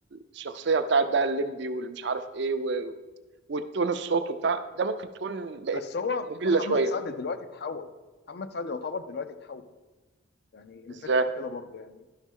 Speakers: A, on the right; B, on the left.
A: الشخصية بتاعت بقى الليمبي والمش عارف ايه و... والتون الصوت وبتاع ده ممكن تكون بقت
B: بس هو
A: مملة
B: محمد
A: شوية
B: سعد دلوقتي اتحول محمد سعد يعتبر دلوقتي اتحول يعني الفكره
A: ازاي
B: في كده برضه يعني